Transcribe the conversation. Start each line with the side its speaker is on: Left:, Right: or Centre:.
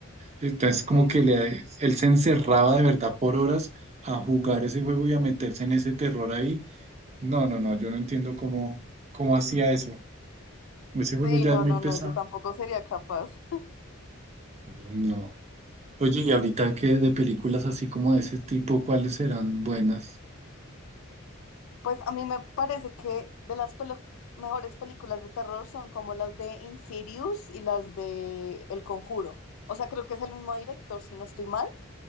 Right: entonces, como
Left: Sí.
Right: que le- él se encerraba de verdad por horas a jugar ese juego y a meterse en ese terror ahí. No, no, no, yo no entiendo cómo, cómo hacía eso. Ese juego
Left: Sí,
Right: ya
Left: no,
Right: es muy
Left: no,
Right: pesado.
Left: no, yo tampoco sería capaz.
Right: No. Oye, y ahorita que de películas así como de ese tipo, ¿cuáles serán buenas?
Left: Pues a mí me parece que de las pelo- mejores películas de terror son como las de Insidious y las de El Conjuro. O sea, creo que es el mismo director, si no estoy mal.